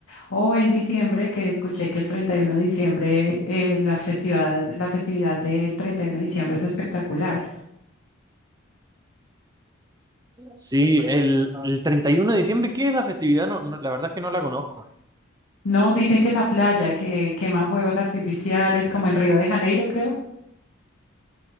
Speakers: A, on the left; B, on the right.
A: O en diciembre, que escuché que el 31 de diciembre, eh, la festividad, la festividad del 31 de diciembre es espectacular.
B: Sí, el, el 31 de diciembre, ¿qué es esa festividad? No, no, la verdad es que no la conozco.
A: No, dicen que en la playa, que queman fuegos artificiales, como en Río de Janeiro, creo.